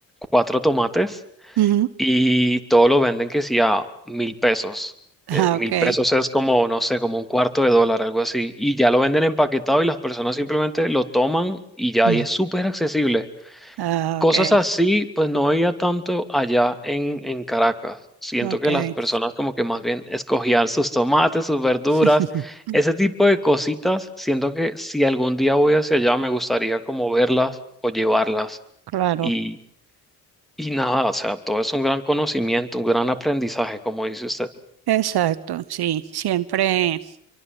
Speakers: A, in the centre; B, on the right (about 60°).
A: cuatro tomates
B: Ujú.
A: y todo lo venden que sí a mil pesos.
B: Ah,
A: Eh, mil
B: okay.
A: pesos es como, no sé, como un cuarto de dólar, algo así. Y ya lo venden empaquetado y las personas simplemente lo toman y ya
B: Mm.
A: ahí es súper accesible.
B: Ah,
A: Cosas
B: okay.
A: así, pues no había tanto allá en, en Caracas. Siento
B: Okay.
A: que las personas como que más bien escogían sus tomates, sus verduras,
B: <laughs>
A: ese tipo de cositas. Siento que si algún día voy hacia allá me gustaría como verlas o llevarlas.
B: Claro,
A: Y, y nada, o sea, todo es un gran conocimiento, un gran aprendizaje, como dice usted.
B: exacto, sí, siempre